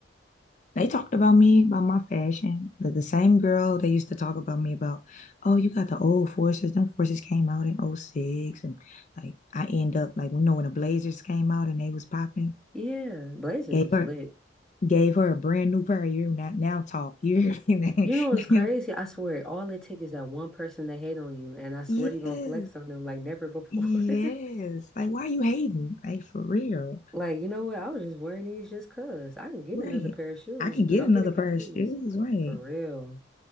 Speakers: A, on the left; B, in the centre.
A: They talked about me, about my fashion. The, the same girl they used to talk about me about, oh, you got the old forces. Them forces came out in '06, And like I end up like you know when the Blazers came out and they was popping,
B: Yeah, Blazers
A: gave
B: is
A: her
B: lit.
A: gave her a brand new pair. You're not now talk. <laughs> You hear me?
B: You know what's
A: <laughs>
B: crazy? I swear, all it takes is that one person to hate on you, and I swear
A: Yeah.
B: you're gonna
A: Yes.
B: flex on them like never before.
A: Yes.
B: <laughs>
A: Like why you hating? Like for real.
B: Like, you know what? I was just wearing these just 'cause. I can get
A: Right.
B: another pair of shoes.
A: I can
B: Don't
A: get another
B: get it confused.
A: pair of shoes, right?
B: For real.